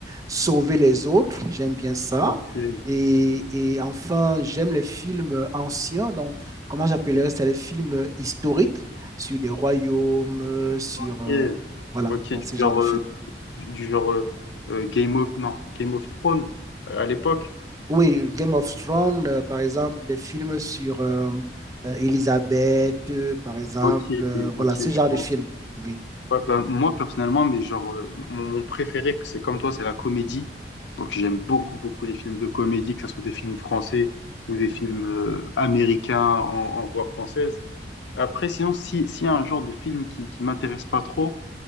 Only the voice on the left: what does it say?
ok,
ok,
ok,
du
genre,
euh, du, du genre euh, euh, Game of, non, Game of Thrones euh, à l'époque.
Ok,
ok,
je vois.
Ouais, ben, moi personnellement, mais genre, euh, mon, mon préféré, que c'est comme toi, c'est la comédie. Donc j'aime beaucoup, beaucoup les films de comédie, que ce soit des films français ou des films euh, américains en, en voix française. Après, sinon, si, s'il y a un genre de film qui, qui m'intéresse pas trop,